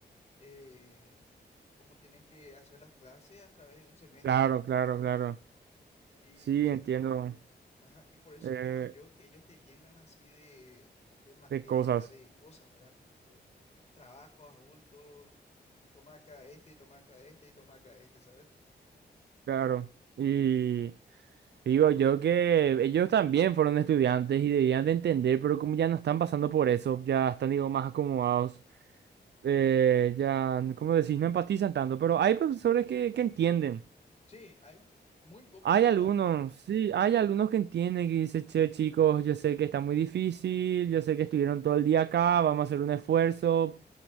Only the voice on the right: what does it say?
claro,
claro,
claro.
Sí,
entiendo
eh,
de cosas,
claro. Y digo yo que ellos también fueron estudiantes y debían de entender, pero como ya no están pasando por eso, ya están, digo, más acomodados, eh, ya, como decís, no empatizan tanto, pero hay profesores que, que entienden.
Hay
algunos,
sí, hay algunos que entienden que dicen, che, chicos, yo sé que está muy difícil, yo sé que estuvieron todo el día acá, vamos a hacer un esfuerzo,